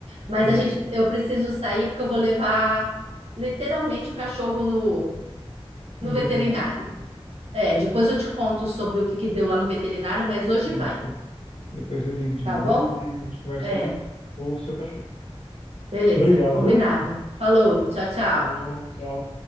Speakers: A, on the right; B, on the left.
A: mas
B: Beleza.
A: a gente eu preciso sair porque eu vou levar literalmente o cachorro no no
B: no
A: veterinário.
B: veterinário.
A: É, depois eu te conto sobre o que que deu lá no veterinário, mas hoje
B: Isso.
A: vai,
B: Depois eu ligo de
A: tá
B: novo
A: bom?
B: e a gente conversa
A: É,
B: sobre o seu cachorro.
A: beleza,
B: Obrigado,
A: combinado.
B: viu?
A: Falou, tchau, tchau.
B: Falou, tchau.